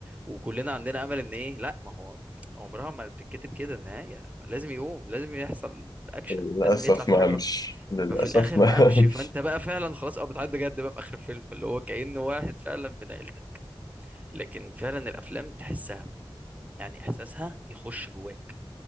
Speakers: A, on the right; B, on the left.
A: وكلنا عندنا امل ان ايه لا ما هو عمرها ما بتتكتب كده النهاية لازم يقوم لازم يحصل اكشن
B: للأسف
A: لازم يطلع في
B: ما
A: حاجة
B: قامش
A: غلط
B: للأسف
A: ففي الاخر
B: ما
A: ما قامش
B: <laughs> قامش
A: فانت بقى فعلا خلاص اه بتعيط بجد بقى في اخر الفيلم اللي هو كأنه واحد فعلا من عيلتك لكن فعلا الافلام تحسها يعني احساسها يخش جواك